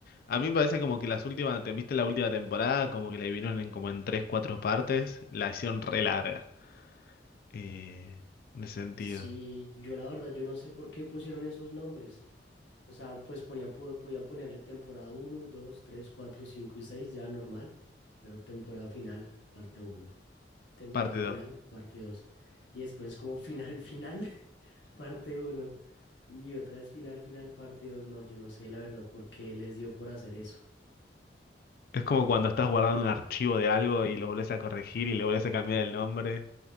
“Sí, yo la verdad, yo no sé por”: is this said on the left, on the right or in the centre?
Left